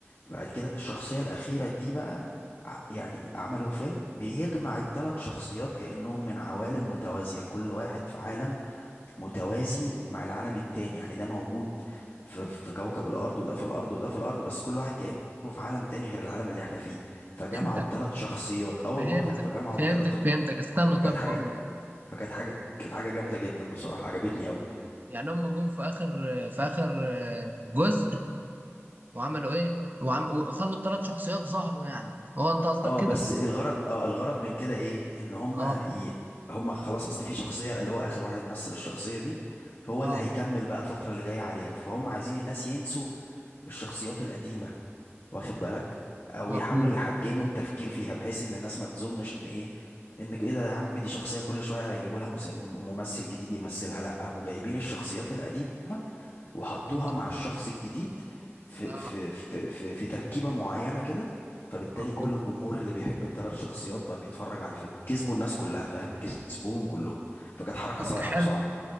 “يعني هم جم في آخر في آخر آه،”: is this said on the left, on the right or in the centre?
Right